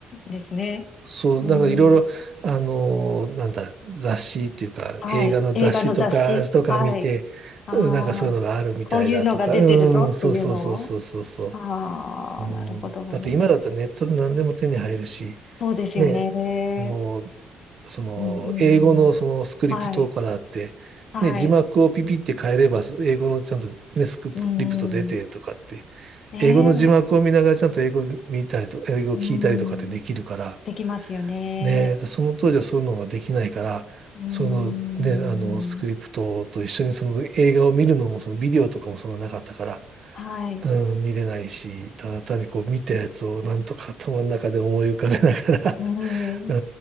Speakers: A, on the left; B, on the right.
A: ですね。
B: そう、
A: うん、
B: なんかいろいろ、あのーなんだ、雑誌っていうか、
A: はい。
B: 映画の雑誌とか、
A: 映画の雑誌はい。
B: とか見て、
A: ああ、
B: うんなんかそういうのがあるみたいだとか、
A: こういうのが出てるぞっていうのを
B: うん、そうそうそうそうそうそ
A: ああなるほど。
B: う。うん、だって今だったらネットで何でも手に入るし、
A: そうですよね。
B: ね、その、その、
A: うんうんうん。
B: 英語のそのスクリプトとかだって、
A: はい。はい。
B: ね、字幕をピピって変えれば、英語のちゃんとね、スクリプト出てとかって、
A: うんうん。ねえ。
B: 英語の字幕を見ながらちゃんと英語見たりと、英語を聞いたりとかってできるから、
A: うん。できますよね。
B: ね、でその当時はそういうのができないから、
A: うん。
B: そのね、あの、スクリプトと一緒にその映画を見るのも、そのビデオとかもそんななかったから、
A: はい。
B: うん、見れないし、ただ単にこう見たやつをなんとか頭の中で思い浮かべながら、
A: うん。
B: <laughs> う